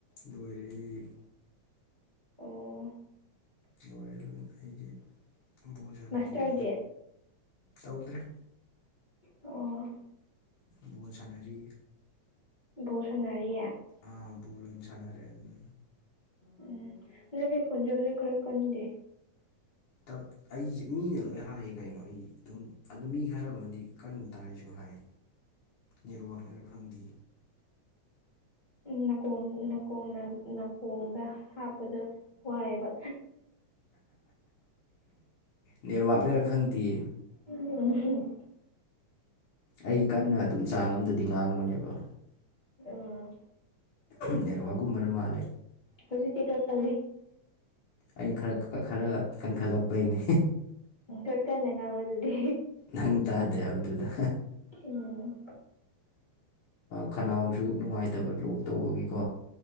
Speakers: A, on the left; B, on the left.
A: ꯂꯣꯏꯔ
B: ꯑꯣ
A: ꯂꯣꯔꯦ ꯂꯣꯏ ꯑꯩꯗꯤ ꯕꯣꯜ ꯁꯥꯟꯅꯔꯤꯌꯦ
B: ꯃꯥꯁꯇꯔꯗꯤ
A: ꯇꯧꯗ꯭ꯔꯦ
B: ꯑꯣ
A: ꯚꯣꯜ ꯁꯥꯟꯅꯔꯤ
B: ꯕꯣꯔ ꯁꯅꯔꯤꯌꯥ
A: ꯑꯥ ꯕꯣꯜ ꯑꯣꯏꯅ ꯁꯥꯟꯅꯔꯦ ꯑꯗꯨꯝ
B: ꯎꯝ ꯅꯪꯗꯤ ꯀꯟꯖꯥꯁꯨ ꯈꯔ ꯀꯟꯗꯦ
A: ꯇꯞ ꯑꯩꯁꯦ ꯃꯤꯅ ꯂꯣꯏ ꯍꯥꯏꯌꯦ ꯀꯩꯅꯣ ꯑꯩ ꯑꯗꯨꯝ ꯑꯗꯨ ꯃꯤ ꯈꯔ ꯑꯃꯗꯤ ꯀꯟꯅ ꯇꯥꯏꯁꯨ ꯍꯥꯏ ꯅꯦꯠꯋꯥꯛꯅꯔ ꯈꯪꯗꯦ
B: ꯅꯥꯀꯣꯡ ꯀꯣꯡꯗ ꯅꯥꯀꯣꯡꯗ ꯍꯥꯞꯄꯗ ꯋꯥꯏꯕ
A: ꯅꯦꯠꯋꯥꯛꯅꯔ ꯈꯪꯗꯦ
B: ꯎꯝ
A: ꯑꯩ ꯀꯟꯅ ꯑꯗꯨꯝ ꯆꯥꯡ ꯑꯝꯗꯗꯤ ꯉꯥꯡꯕꯅꯦꯕ
B: ꯎꯝ
A: ꯅꯦꯠꯋꯥꯛꯀꯨꯝꯕꯅ ꯃꯥꯜꯂꯦ
B: ꯍꯧ ꯆꯊ꯭ꯔ ꯀ
A: ꯑꯩ ꯈꯔ ꯈꯔ ꯀꯟꯈꯠꯂꯛꯄꯩꯅꯦ
B: ꯎꯝ ꯈꯔ ꯀꯟꯅ ꯉꯥꯡꯕꯗꯨꯗꯤ
A: ꯅꯪ ꯇꯥꯗꯦꯕꯗꯨꯗ
B: ꯎꯝ
A: ꯈꯅꯥꯎꯁꯨ ꯅꯨꯡꯉꯥꯏꯇꯕ ꯂꯣꯛ ꯇꯧꯕꯒꯤꯀꯣ